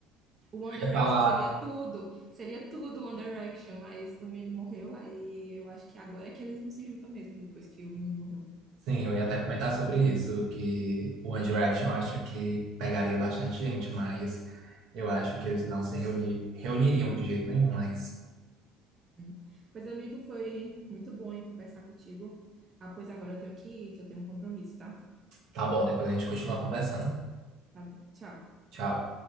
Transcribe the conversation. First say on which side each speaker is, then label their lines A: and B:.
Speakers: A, on the right; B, on the right.
A: O One
B: Eu
A: Direction
B: ia falar,
A: seria tudo, seria tudo One Direction, mas o menino morreu, aí eu acho que agora é que eles não se juntam mesmo, depois que o menino morreu.
B: sim, eu ia até comentar sobre isso, que o One Direction eu acho que pegaria bastante gente, mas eu acho que eles não se reuni- reuniriam de jeito nenhum, mas
A: Hum. Pois, amigo, foi muito bom aí conversar contigo. Ah, pois agora eu tenho que ir, que eu tenho um compromisso, tá?
B: tá bom, depois a gente continua conversando.
A: Tá bom. Tchau.
B: Tchau.